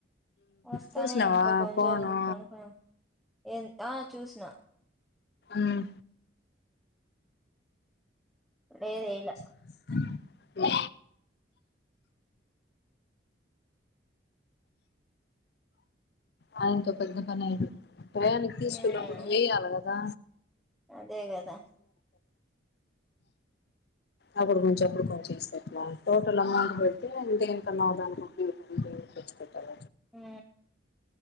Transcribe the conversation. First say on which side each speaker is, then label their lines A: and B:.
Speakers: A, in the centre; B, on the left (about 55°).
A: వస్తానే
B: చూసినావా
A: ఇంకా కొంచేపు
B: ఫోను
A: పనుకున ఎన్ చూసిన
B: మ్
A: లేదు ఏయ్ లా
B: అవు మీ ఆయనతో పెద్ద పనేటు టయానికి తీసుకున్నప్పుడు
A: మ్
B: నువ్వు వేయాలి కదా
A: అదే కదా
B: అప్పుడు కొంచం అప్పుడు కొంచెం వేస్తే ఎట్లా టోటల్ అమౌంట్ పెడిటి దేనికన్నా ఒక దానికి ఉపయోగపడుద్ది తెచ్చి పెట్టాల
A: ఉ